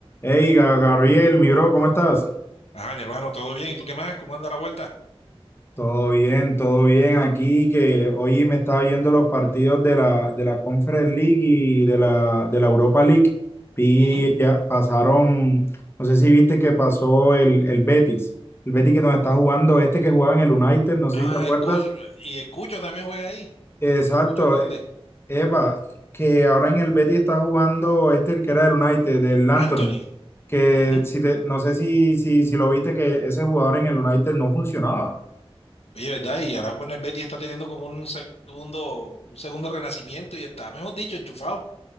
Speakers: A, on the left; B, on the left.
A: Hey, Ga- Gabriel, mi bro, ¿cómo estás?
B: Ah, mi hermano, todo bien. ¿Y tú qué más? ¿Cómo anda la vuelta?
A: Todo bien, todo bien. Aquí que hoy me estaba viendo los partidos de la, de la Conference League y de la, de la Europa League. Y
B: Ujú.
A: ya pasaron, no sé si viste que pasó el, el Betis. El Betis que nos está jugando, este que jugaba en el United, no sé
B: Ah,
A: si te acuerdas.
B: el Cucho. Y el Cucho también juega ahí.
A: Exacto,
B: El Cucho Hernández.
A: Epa, que ahora en el Betis está jugando este, el que era del United, del Anthony.
B: Anthony.
A: Que
B: Ujú.
A: si te- no sé si, si, si lo viste, que ese jugador en el United no funcionaba.
B: Oye, ¿verdad? Y ahora pues el Betty está teniendo como un segundo, un segundo renacimiento y está, mejor dicho, enchufado.